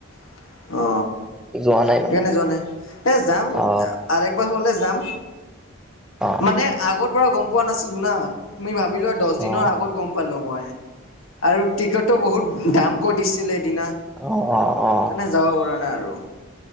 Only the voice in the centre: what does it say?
যোৱা নাই মানে
অ
অ
অ অ
অ অ অ